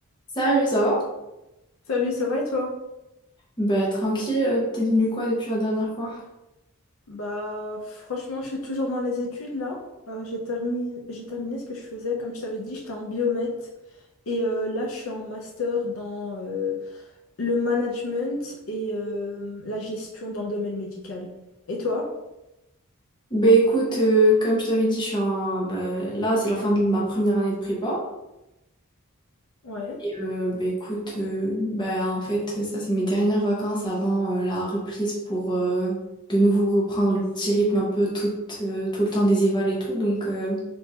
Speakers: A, on the left (about 20°); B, on the left (about 70°).
A: Salut, ça va?
B: Salut, ça va et toi?
A: Bah tranquille, euh, t'es devenu quoi depuis la dernière fois?
B: Bah franchement, je suis toujours dans les études là. Euh, j'ai terminé, j'ai terminé ce que je faisais. Comme je t'avais dit, j'étais en biomètre. Et euh, là, je suis en master dans euh, le management et euh, la gestion dans le domaine médical. Et toi?
A: Bah écoute, euh, comme je t'avais dit, je suis en... bah, là c'est la fin de ma première année de prépa.
B: Ouais.
A: Et euh, bah écoute, euh, bah en fait ça c'est mes dernières vacances avant euh, la reprise pour euh, de nouveau reprendre le petit rythme un peu tout, euh, tout le temps des évals et tout. Donc euh,